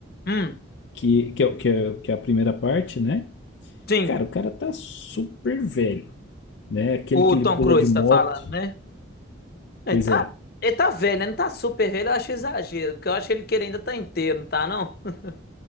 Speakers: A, on the left; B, on the left.
A: hum,
B: que, que, é, o- que, é, que é a primeira parte, né?
A: sim.
B: Cara, o cara tá super velho, né? Aquele
A: O
B: que ele
A: Tom
B: pula
A: Cruise
B: de moto.
A: tá falando, né? Ele
B: Pois
A: tá,
B: é.
A: ele tá velho, né? Não tá super velho, eu acho exagero, porque eu acho que ele, que ele ainda tá inteiro, não tá, não? <laughs>